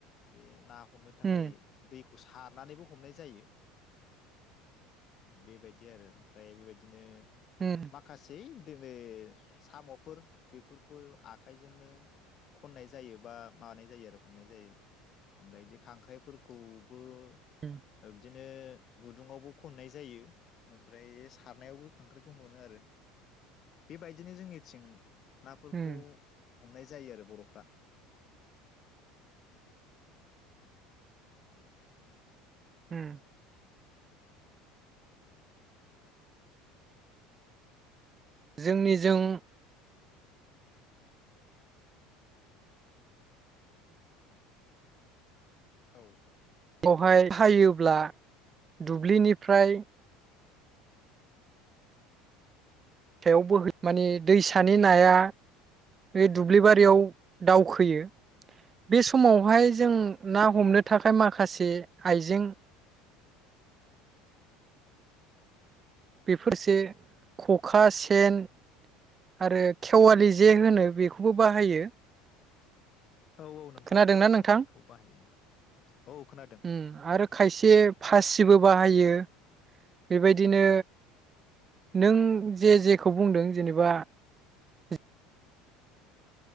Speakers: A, on the left; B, on the right.
A: बे नाखौ हमनो थाखाय
B: उम
A: दै खौ सारनानैबो हमनाय जायो बेबायदि आरो ओमफ्राय बेबायदिनो
B: उम
A: माखासे <unintelligible> सामफोर बेफोरखौ आखाइजोंनो खननाय जायो बा मानाय जायो आरो हमनाय जायो ओमफ्राय जे खांख्राइफोरखौबो ओ
B: उम
A: बिदिनो बिदिनो गुदुंङावबो खननाय जायो ओमफ्राय सारनायावबो खांख्राइखौ मोनो आरो बेबायदिनो जोंनिथिं नाफोरखौ
B: उम
A: हमनाय जायो आरो बरफ्रा
B: उम जोंनि जों
A: औ
B: वहाय हायोब्ला दुब्लिनिफ्राय सायाव बोहैयो माने दैसानि नाया बे दुब्लिबारियाव दावखोयो बे समावहाय जों ना हमनो थाखाय माखासे आइजें बेफोरसे खखा सेन आरो खेवालि जे होनो बेखौबो बाहायो।
A: औ नोंथां
B: खोनादोंना नोंथां
A: बेखौ बाहायो औ औ खोनादों
B: उम आरो खायसे फासिबो बाहायो। बेबायदिनो नों जे जेखौ बुंदों जेनेबा <inaudible>